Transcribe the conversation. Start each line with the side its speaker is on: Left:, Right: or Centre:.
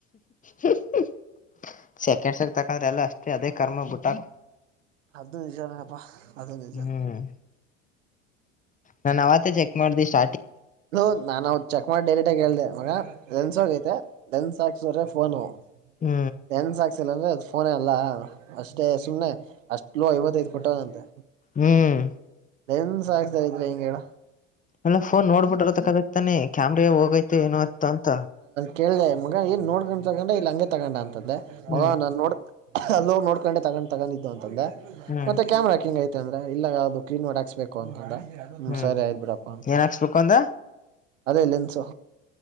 Left: <inaudible> ಸೆಕೆಂಡ್ಸ್ಕ್ ತಕಂದ್ರ ಎಲ್ಲ ಅಷ್ಟೇ ಅದೇ ಕರ್ಮ ಬಿಟ್ಟಕ
Right: ಅದ ನಿಚಪ್ಪಾ ಅದ ನಿಚೆ
Left: ಹ್ಮ್ ನಾನ್ ಅವತ್ತ ಚಕ್ ಮಾಡ್ದಿ ಸ್ಟ್
Right: ಹ ನಾನ್ ಅವ್ ಚೆಕ್ ಮಾಡಿ ಡೈಲಿಟ ಆಗ ಹೇಳ್ದ ಮಗ ಎನ್ಸೋಗೈತೆ ನನ್ ಸಾಕ್ಸ್ರೆ ಫೋನು
Left: ಹ್ಮ್
Right: ಲೆನ್ಸ್ ಹಾಕ್ಸಿಲ್ಲ ಅಂದ್ರೆ ಅದು ಫೋನ ಅಲ್ಲಾ ಅಷ್ಟೇ ಸುಮ್ನೆ ಅಷ್ಟ್ ಲೋ ಐವತ್ತೈದು ಕೊಟ್ಟದಂತೆ
Left: ಹ್ಮ್
Right: ನ್ ಸಾಕ್ತಾರ ಇದ್ರ ಹಿಂಗಡ
Left: ಎಲ್ಲ ಫೋನ್ ನೋಡ್ಬಿಟ್ರ ತಕ್ಕದಕ್ತಾನೆ ಕ್ಯಾಮ್ರ ಹೋಗೈತೆ ಏನ ಆತ ಅಂತ
Right: ಕೇಳ್ದೆ ಮಗ ಏನ್ ನೋಡ್ಕೊಂಡ ತಗೊಂಡ ಇಲ್ಲಿ ಹಂಗೆ ತಗೊಂಡ ಅಂತ್ದೆ ಮಗ
Left: ಹ್ಮ್
Right: ನೋಡ್ ಅಲ್ಲೋ ನೋಡ್ಕೊಂಡೆ ತಗೊಂಡ್ ತಗೊಂಡಿದ್ದು ಅಂತಂದೆ
Left: ಹ್ಮ್
Right: ಮತ್ತೆ ಕ್ಯಾಮರಾ ಹಿಂಗ ಐ ಅಂದ್ರೆ ಇಲ್ಲ ಅದು ಕ್ಲೀನ್ ಮಾಡ ಹಾಕ್ಸ್ಬೇಕು ಅಂತಂದ್ರ ಹ್ಮ
Left: ಹ್ಮ್
Right: ಸರಿ ಆಯ್ ಬಿಡಪ್ಪಾ ಅಂತ
Left: ಏನ್ ಹಾಕ್ಸ್ಬೇಕು ಅಂದ
Right: ಅದೇ ಲನ್ಸು